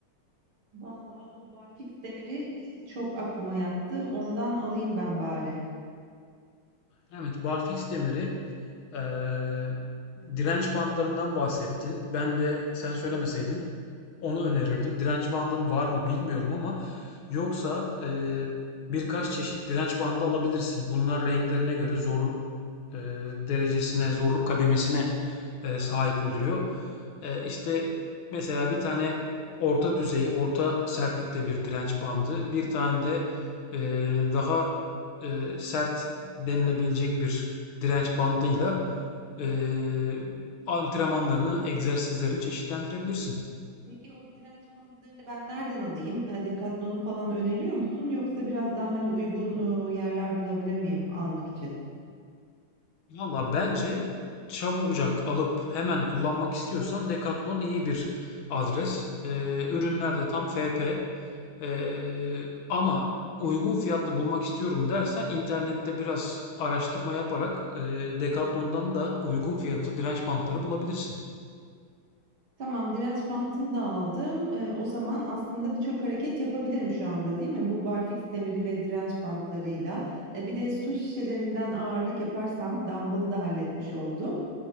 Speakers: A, on the right; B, on the left.
A: Vallahi o barfiks demiri e, çok aklıma yattı. Ondan alayım ben bari.
B: Evet, barfiks demiri eee, direnç bandlarından bahsettin. Ben de sen söylemeseydin onu önerirdim. Direnç bandım var mı bilmiyorum ama yoksa eee, birkaç çeşit direnç bandı alabilirsin. Bunlar renklerine göre zorluk eee, derecesine, zorluk kademesine eee, sahip oluyor. Eee, işte, mesela bir tane orta düzey, orta sertlikte bir direnç bandı, bir tane de, eee, daha, eee, sert denilebilecek bir direnç bandıyla, eee, antrenmanlarını, egzersizlerini çeşitlendirebilirsin.
A: Peki o direnç bantlarını ben nereden alayım? E, Decathlon'u falan öneriyor musun? Yoksa biraz daha hani uygun e, yerler bulabilir miyim almak için?
B: Valla bence çabucak alıp hemen kullanmak istiyorsan Decathlon iyi bir adres. Eee, ürünler de tam FP. Ee, ama uygun fiyatlı bulmak istiyorum dersen internette biraz araştırma yaparak e, Decathlon'dan da uygun fiyatlı direnç bantları bulabilirsin.
A: Tamam, direnç bandını da aldım. Eee, o zaman aslında birçok hareket yapabilirim şu anda, değil mi? Bu barfiks demiri ve direnç bantlarıyla. E, bir de su şişelerinden ağırlık yaparsam dumbbell'ı da halletmiş oldum.